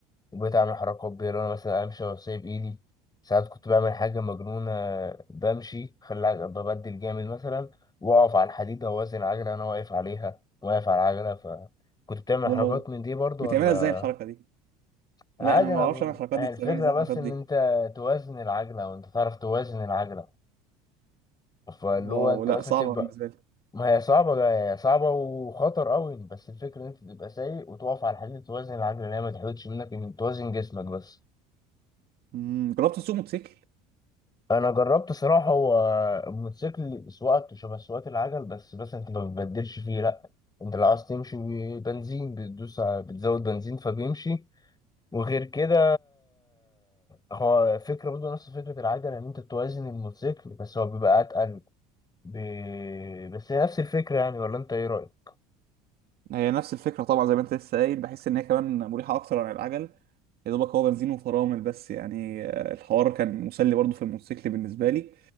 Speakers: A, on the left (about 20°); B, on the right (about 55°).
A: وبقيت أعمل حركات بيه لو أنا مثلا أمشي وأسيب إيدي ساعات كنت بعمل حاجة مجنونة بمشي خلي العجل- ببدل جامد مثلا وأقف على الحديدة وأوازن العجلة أنا واقف عليها واقف على العجلة فكنت بتعمل
B: واو
A: حركات من دي برضو
B: بتعملها
A: ولا
B: ازاي الحركة دي؟
A: عادي
B: لا أنا ما
A: أنا
B: بعرفش
A: ب-
B: أعمل الحركات
A: يعني
B: دي
A: الفكرة
B: بتعمل ازاي
A: بس
B: الحركات
A: إن
B: دي؟
A: أنت توازن العجلة وأنت تعرف توازن العجلة فاللي
B: واو
A: هو انت
B: لا
A: مثلا
B: صعبة
A: تبقى
B: بالنسبة لي
A: ما هي صعبة جا- هي صعبة وخطر قوي بس الفكرة ان انت تبقى سايق وتقف على الحديد توازن العجلة اللي هي ما تحودش منك من توازن جسمك بس
B: مم، جربت تسوق موتوسيكل؟
A: انا جربت صراحة هو الموتوسيكل سواقته شبه سواقة العجل بس بس انت ما بتبدلش فيه لا انت لو عايز تمشي بنزين بتدوس ع- بتزود بنزين فبيمشي وغير كده هو فكرة برضه نفس فكرة العجلة ان انت توازن الموتوسيكل بس هو بيبقى اتقل ب... بس هي نفس الفكرة يعني ولا انت ايه رأيك؟
B: هي نفس الفكرة طبعا زي ما أنت لسه قايل بحس إن هي كمان مريحة أكتر عن العجل يا دوبك هو بنزين وفرامل بس يعني آه، الحوار كان مسلي برضه في الموتوسيكل بالنسبة لي